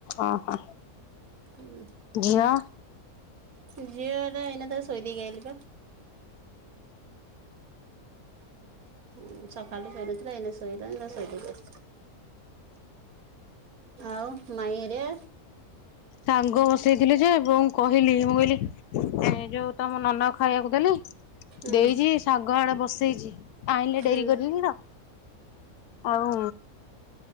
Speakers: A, on the left; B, on the right.
A: ଓହୋ
B: ହୁଁ।
A: ଝିଅ
B: ଝିଅଟା ଏଇନା ତାକୁ ଶୋଇ ଦେଇ ଆଇଲି ପା। ଆ। ହଁ ସକାଳୁ ଟିକେ ଶୋଇନଥିଲା ଏଇନା ଶୋଇଲାଣି ତକୁ ଶୋଇଦେଇ କି ଆସୁଛି। ଆଉ ମାଇଁହେରିଆ।
A: ସାଗ ବସେଇଥିଲି ଯେ ବଉଙ୍କୁ କହିଲି ମୁଁ କହିଲି ଏ ଯୋଉ ତମ ନନାଙ୍କୁ ଖାଇବାକୁ ଦେଲି।
B: ହୁଁ
A: ଦେଇଛି ଶାଗ ଆଡେ ବସେଇଛି ଆଣିଲେ
B: ହୁଁ
A: ଡେରି କରିକିତ। ଆଉ।